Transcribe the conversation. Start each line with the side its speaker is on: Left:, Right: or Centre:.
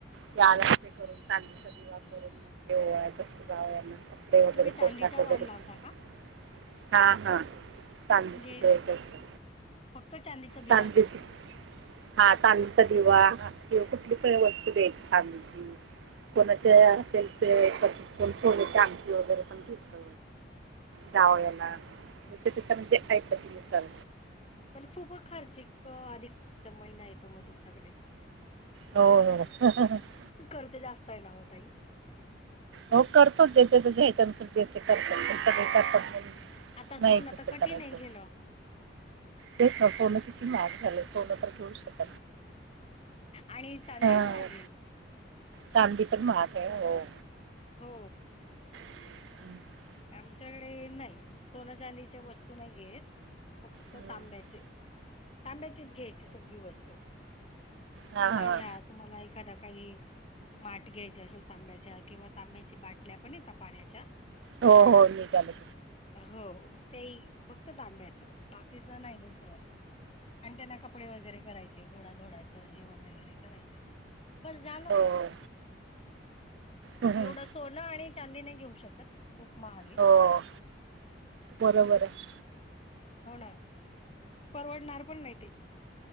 Right: <unintelligible> चांदीचा दिवा करून ओवाळायचं असतं जावयांना अस
Left: तुम्ही चांदीचा वाण लावता
Right: <unintelligible>
Left: का?
Right: हां हां, चांदीचं
Left: म्हणजे
Right: द्यायचं असतं.
Left: फक्त चांदीचा दिवा.
Right: चांदीचं, हां चांदी चांदीचा दिवा किंवा कुठली पण वस्तू द्यायची चांदीची. कोणाचे असेल ते पद्धत, कोण सोन्याची अंगठी वगैरे पण देत. जावयाना, जेच्या ‌ त्याच्या म्हणजे आइपती नुसार
Left: पण खूप खर्चिक अधिक महिना येतो मग तुमच्याकडे.
Right: हो <unintelligible>
Left: खर्च जास्त आहे ना ओ ताई.
Right: हो करतो ज्या त्याच्यात <unintelligible> सगळे करतात
Left: आता
Right: नाही
Left: सोनं
Right: तसं
Left: तर कठीण
Right: करायचं,
Left: आहे घेणं.
Right: तेच ना सोन महाग झालं सोन तरी घेऊ शक
Left: आणि चांदी
Right: हा
Left: ही महाग ये.
Right: चांदी तर महागये होय.
Left: हो.
Right: <inaudible>
Left: आमच्याकडे नाही सोनं चांदीच्या वस्तू नाही घेत. फक्त
Right: हो
Left: तांब्याचे, तांब्या चीच घ्यायची सगळी वस्तू,
Right: हा
Left: दिवाळीहा
Right: हा
Left: तुम्हाला एखादा काही माठ घ्यायचे असेल तांब्याच्या किंवा तांब्याच्या बाटल्या पण येत पाण्याच्या.
Right: हो- हो निघाले.
Left: हो ते फक्त तांब्याचं बाकीचं नाही दुसरं आणि त्यांना कपडे वगैरे करायचे. गोडाधोडाच जेवण वगैरे करायच. बस झाल
Right: हो
Left: मग,
Right: हम्म.
Left: एवढ सोन आणि चांदी नाही घेऊ शकत, खूप महागे
Right: हो, बरोबर आहे.
Left: हो ना, परवडणार पण नाही ते.